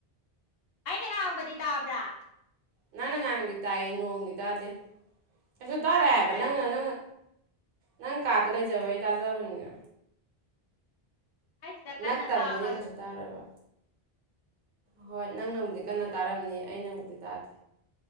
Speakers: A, on the left (about 70°); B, on the right (about 60°).
A: ꯑꯩꯅ ꯉꯥꯡꯕꯗꯤ ꯇꯥꯕ꯭ꯔꯥ
B: ꯅꯪꯅ ꯉꯥꯡꯕꯗꯤ ꯇꯥꯏꯌꯦ ꯅꯣꯡꯗꯤ ꯇꯥꯗꯦ ꯀꯩꯁꯨ ꯇꯥꯔꯣꯏ
A: ꯐꯔꯦ
B: ꯍꯥꯏꯕ
A: ꯐꯔꯦ
B: ꯅꯪꯅ
A: ꯑꯗꯨꯗꯤ
B: ꯅꯪꯅ ꯅꯪ ꯀꯥꯗ ꯂꯩꯖꯕꯩ ꯇꯥꯖꯕꯅꯤꯅ
A: ꯑꯩ ꯁꯤꯗ ꯀꯟꯅ
B: ꯅꯛꯇꯕꯅꯤꯅ
A: ꯇꯥꯕ ꯑꯗꯨꯗꯨꯒꯤ
B: ꯀꯩꯁꯨ ꯇꯥꯔꯣꯏꯕ ꯍꯣꯏ ꯅꯪꯅꯕꯨꯗꯤ ꯀꯟꯅ ꯇꯥꯔꯝꯅꯤ ꯑꯩ ꯕꯨꯗꯤ ꯇꯥꯗꯦ